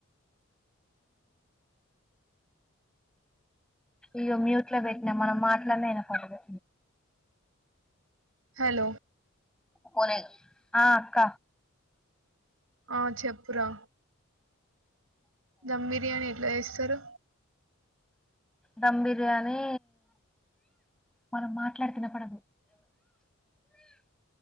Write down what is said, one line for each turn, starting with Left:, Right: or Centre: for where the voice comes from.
Centre: ఇ మ్యూట్ లో పెట్టినా మనం మాట్లాడిన వినపడదు
Right: హలో
Centre: పోలేద్ ఆ అక్క
Right: ఆ చెప్పురా దమ్ బిర్యానీ ఎట్లా చేస్ సరు
Centre: ధమ్ బిర్యానీ మనం మాట్లాడుతే వినపడదు